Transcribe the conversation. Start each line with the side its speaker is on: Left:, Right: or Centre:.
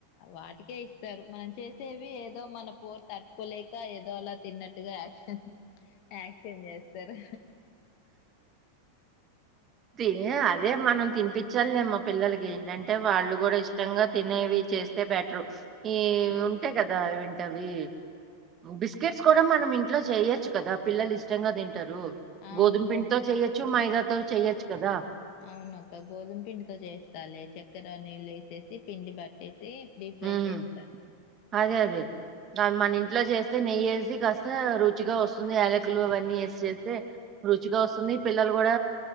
Left: వాటికే ఇస్తారు మనం చేసేవి ఏదో మన పోరు తట్టుకోలేక ఏదో అలా తిన్నట్టుగా యాక్షన్ యాక్షన్ చేస్తారు
Right: తినే అదే మనం తినిపించాలి లేమ్మా పిల్లలకి ఏంటంటే వాళ్ళు కూడా ఇష్టంగా తినేవి చే స్తే బెటరు ఈ ఉంటాయి కదా ఎంటవి బిస్కెట్స్ కూడా మనం ఇంట్లో చేయొచ్చు కదా పిల్లలు ఇష్టంగా తింటారు
Left: ఆ
Right: గోధుమ
Left: గో
Right: పిండితో చెయ్యొచ్చు మైదాతో చెయ్యొచ్చు కదా
Left: అవునక్క గోధుమ పిండితో చేస్తలే చక్కెర నీళ్ళు ఎసేసి పిండి <unintelligible> డి ఫ్రై
Right: హ్మ్.
Left: చేస్త
Right: అదే అదే మన ఇంట్లో చే నెయ్యేసి కాస్త రుచిగా వస్తుంది యాలకులు అవన్నీ వేసి చేస్తే రుచిగా వస్తుంది పిల్లలు కూడ